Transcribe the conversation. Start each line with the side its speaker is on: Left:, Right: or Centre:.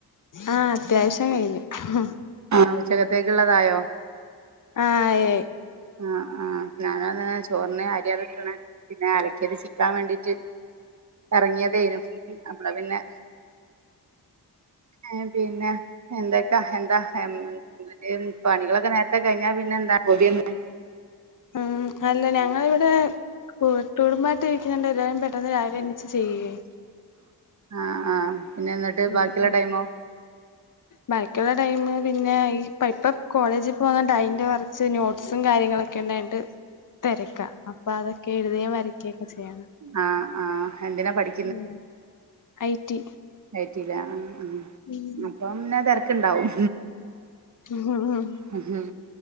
Left: ആ അത്യാവിശ്യം കഴിഞ്ഞു <unintelligible>
Right: ആ ഉച്ചകത്തേക്ക്ള്ളതായോ
Left: ആ യി യായ്
Right: ആ ആ ഞാനൊതാ ചോറിന് അരിഅ ക്ണ് പിന്നെ അലക്കേത് ചിക്കാൻ വേണ്ടീട്ട് എറങ്ങിയേതേനും അപ്പളാപിന്നെ ഏ പിന്നെ എന്തെക്കാ എന്താ <unintelligible> പണികളൊക്കെ നേരത്തെ ഞാ പിന്നെന്താ യെന്ന്
Left: മ് അല്ല ഞങ്ങളിവ്ടെ കൂട്ടുടുബായിട്ട് രിക്കന്നണ്ട് എല്ലാരും പെട്ടെന്ന് രാവിലെ നീച്ച് ചെയ്യേ
Right: ആ ആ പിന്നെ ന്നട്ട്
Left: ഉം
Right: ബാക്കിയ്ള്ള
Left: ഉം
Right: ടൈമോ
Left: ബാക്കിയുള്ള ടൈം പിന്നെ ഈ പ്പൈപപ് കോളേജിക് പോവാൻ ടൈന്റെറൊച്ച് നോട്ട് സും കാര്യങ്ങളൊക്കെണ്ടായിട്ട് തെരക്കാ അപ്പൊ അതൊക്കെ എഴുതേം വരയ്ക്കേംക്കെ ചെയ്യണം
Right: ആ ആ എന്തിനാ പഠിക്ക്
Left: മ് ഐടി
Right: ഐറ്റിലെ ആ ആ
Left: ഉം <inaudible>
Right: അപ്പംന്നെ തിരക്ക്ണ്ടാവും
Left: ഉം
Right: മ് ഹും